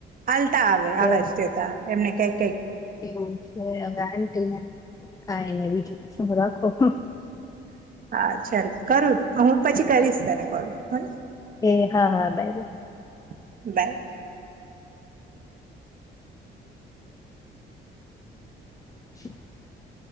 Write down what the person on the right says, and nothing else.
આલતા આવે આવાજ
દેતા એમને કઈ
હા ચાલ કરું હું પછી કરીશ તને કોલ હને.
<inaudible>